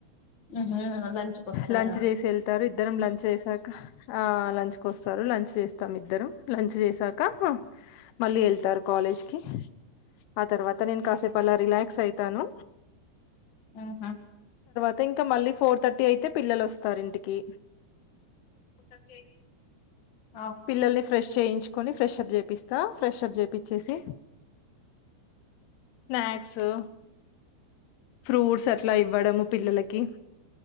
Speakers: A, on the left; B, on the left.
A: ఉహు లంచ్కి వస్తారా
B: లంచ్ చేసి వెళ్తారు ఇద్దరం లంచ్ చేసాక ఆ లంచ్ కి వస్తారు లంచ్ చేస్తాం ఇద్దరు లంచ్ చేసాక మళ్ళీ వెళ్తారు కాలేజ్ కి ఆ తర్వాత నేను కాసేపు అలా రిలాక్స్ అయితాను
A: ఆహా
B: అతే ఇంకా మళ్ళీ ఫోర్ థర్టీ అయితే పిల్లలు వస్తారు ఇంటికి
A: <unintelligible>
B: పిల్లల్ని ఫ్రెష్ చేయించుకొని ఫ్రెష్ అప్ చేపిస్తా ఫ్రెష్ అప్ చేపిచ్చేసి స్నాక్సు ఫ్రూట్స్ అట్లా ఇవ్వడము పిల్లలకి